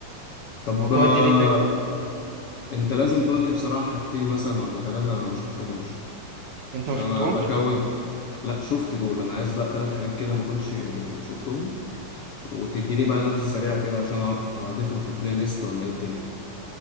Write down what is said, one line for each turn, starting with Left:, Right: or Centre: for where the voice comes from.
Left: طب
Right: موضوع
Left: آه،
Right: الديلي ده
Left: انت لازم تقول لي بصراحة حاجتين مثلا ولا ثلاثة انا ما شفتهمش
Right: انت
Left: عشان
Right: ما شفتهمش
Left: انا بكون لا شفت دول انا عايز بقى ثلاث حاجات كده ما كنتش شفتهم وتديني بقى نبذة سريعة كده عشان اعرف اضيفهم في بلاي ليست ولا ايه الدنيا